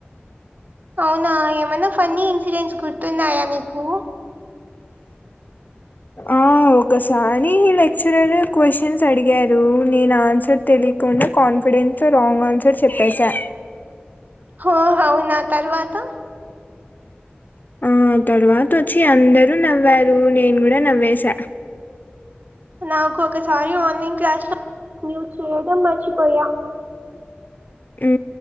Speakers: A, on the right; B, on the left.
A: అవునా ఏమైనా ఫన్నీ ఇన్సిడెంట్స్ గుర్తున్నాయా నీకు
B: ఆ ఒకసారి లెక్చరర్ క్వశ్చన్స్ అడిగారు నేను ఆన్సర్ తె తెలియకుండా కాన్ఫిడెన్స్ తో రాంగ్ ఆన్సర్ చెప్పేశా
A: హో అవునా తర్వాత
B: ఆ తర్వాత వచ్చి అందరు నవ్వారు నేను కూడా నవ్వేసా
A: నాకు ఒకసారి ఆన్లైన్ క్లాస్ లో మ్యూట్ చేయడం మర్చిపోయా
B: ఉ